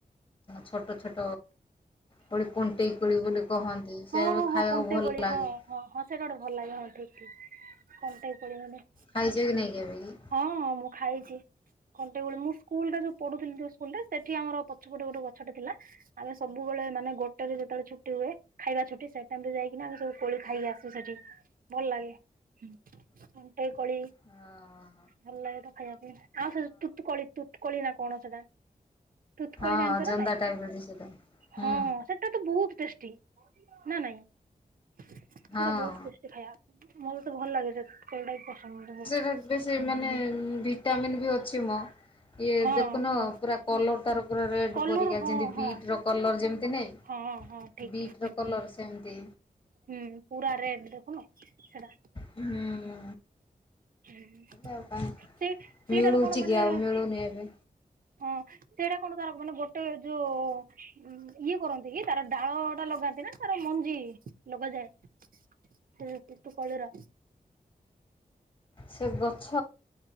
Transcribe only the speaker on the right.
ହଁ
ହଁ
ହଁ
କଣ୍ଟେଇ
କୋଳି
ହଁ ହଁ ହଁ ସେଇଟା ଗୋଟେ ଭଲ ଲାଗେ ହଁ ଠିକ ଠିକ କଣ୍ଟେଇ କୋଳି ଗୋଟେ।
ହଁ ମୁଁ ଖାଇଚି। କଣ୍ଟେଇ କୋଳି ମୁଁ ସ୍କୁଲ ରେ ଯୋଉ ପଢ଼ୁଥିଲି ଯୋଉ ସ୍କୁଲରେ, ସେଠି ଆମ ପଛପଟେ ଗୋଟେ ଗଛଟେ ଥିଲା। ଆମେ ସବୁବେଳେ ମାନେ ଗୋଟେ ଟେରେ ଯେତେବେଳେ ଛୁଟି ହୁଏ ଖାଇବା ଛୁଟି, ସେ ଟାଇମ ରେ ଯାଇକି ଆମେ ସବୁ କୋଳି ଖାଇକ ଆସୁ ସେଠି ଭଲ ଲାଗେ। ହଁ କଣ୍ଟେଇ କୋଳି
ଭଲ ଲାଗେ ସେଟା ଖାଇବା ପାଇଁ। ଆଉ ସେ ତୁତକୋଳି ତୁତକୋଳି ନା କଣ ସେଟା। ତୁତୁ
କୋଳି ଜାଣିଛ ନା
ନାଇଁ
ହଁ
ହଁ ସେଟା ତ ବହୁତ ଟେଷ୍ଟି ନା ନାଇଁ? ସେଟା
ବହୁତ ଟେଷ୍ଟି। ସେ ଖାଇବା ମୋତେ ତ ଭଲ ଲାଗେ ସେ କୋଳି ଟା ବି ପସନ୍ଦ ମତେ ବହୁତ।
ହଁ
ହଁ
କଲର
ହଁ
ହଁ।
ହଁ ହଁ ଠିକ
ଠିକ
ହୁଁ ପୁରା ରେଡ୍ ଦେଖନ ସେଟା।
ହଁ,
ସେ ସେଇଟାରୁ
କଣ ମାନେ
ହଁ ସେଇଟା କଣ ତାର ମାନେ ଗୋଟେ ଯୋଉ ଉଁ ଇଏ କରନ୍ତି କି, ତାର ଡାଳ ଟା ଲଗାନ୍ତି ନା ତାର ମଞ୍ଜି ଲଗାଯାଏ। ସେ ତୁତ କୋଳି ର।